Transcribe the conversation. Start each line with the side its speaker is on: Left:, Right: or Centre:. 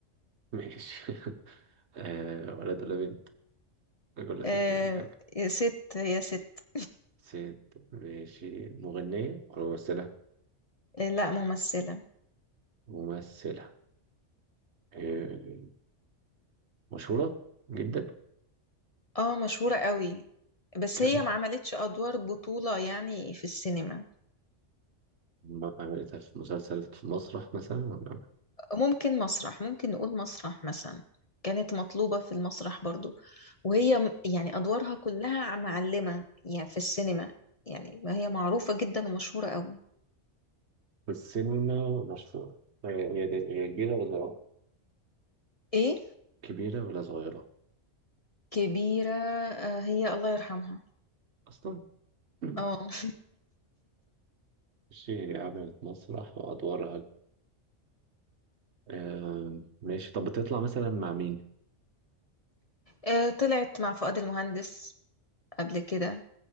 Right: ماشي <laughs> آه ولد ولا بنت ولا ست
Left: آه
Right: يعني حاجة
Left: يا ست يا ست
Right: ست ماشي مغنية ولا ممثلة
Left: آه لا ممثلة
Right: ممثلة آه مشهورة جدا
Left: اه مشهورة قوي بس
Right: كمان
Left: هي ما عملتش ادوار بطولة يعني في السينما
Right: ما عملتها في مسلسل في مسرح مثلا ولا
Left: ممكن مسرح ممكن نقول مسرح مثلا كانت مطلوبة في المسرح برضو وهي م- يعني أدوارها كلها معلمة يعني في السينما يعني ما هي معروفة جدا ومشهورة قوي
Right: في السينما مشهورة هي هي هي كبيرة ولا صغيرة؟
Left: إيه
Right: كبيرة ولا صغيرة
Left: كبيرة آه، هي الله يرحمها
Right: أصلا <clears throat>
Left: اه <laughs>
Right: ماشي عملت مسرح وأدوارها آه ماشي طب بتطلع مثلا مع مين؟
Left: آه، طلعت مع فؤاد المهندس قبل كده